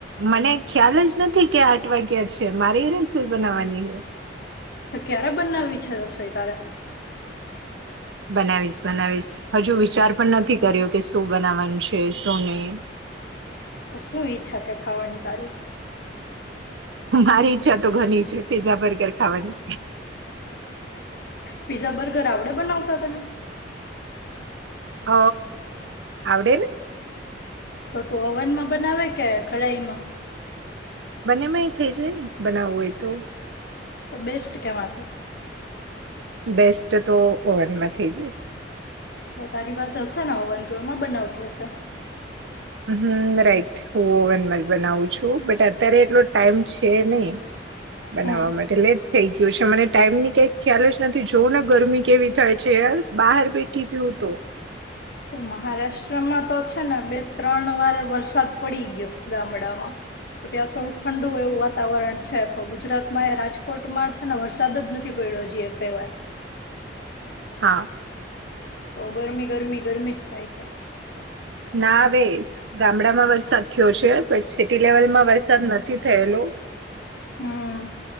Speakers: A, on the right; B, on the left.
A: મને ખ્યાલ જ નથી કે આઠ વાગ્યા છે મારી રેસીપી બનાવવાની છે.
B: તો ક્યારે બનાવી છે રસોઈ તારે.
A: બનાવીશ બનાવીશ હજુ વિચાર પણ નથી કર્યો કે શું બનાવાનું છે શું નહી.
B: તો શું ઈચ્છા છે ખાવાની તારી.
A: મારી ઈચ્છા તો ઘણી છે પીઝા બર્ગર ખાવાની.
B: પીઝા બર્ગર આવડે બનાવતા તને.
A: હ આવવડે ને.
B: તો તું ઓવનમાં બનાવે કે કડાઈમાં.
A: બંનેમાં એ થઈ છેને બનાવું હોય તો.
B: તો બેસ્ટ કેમાંથી.
A: બેસ્ટ તો ઓવનમાં થઈ જ.
B: તો તારી પાસે હશે ને ઓવન તો એમાં બનાવતી હશે.
A: હમ રાઈટ હું ઓવનમાં જ બનાવું છું બટ અત્યારે એટલો ટાઈમ છે નહી. બનાવવા
B: હમ
A: માટે એટલે થઈ ગયું છે મને ટાઈમ ની કઈ ખ્યાલ જ નથી જો ને ગરમી કેવી થાય છે યાર બહાર બેઠી તો હું તો.
B: તો મહારાષ્ટ્રમાં તો છે ને બે ત્રણ વાર વરસાદ પડી ગયો ગામડામાં તો ત્યાં થોડુંક ઠંડુ એવું વાતાવરણ છે પણ ગુજરાતમાં એ રાજકોટમાં છે ને વરસાદ જ નથી પડ્યો જેઈએ કઈ વાર.
A: હા
B: તો ગરમી ગરમી ગરમી જ થાય છે.
A: ના વેઝ ગામડામાં વરસાદ થયો છે પણટ સિટી લેવલમાં વરસાદ નથી થયેલો.
B: હમ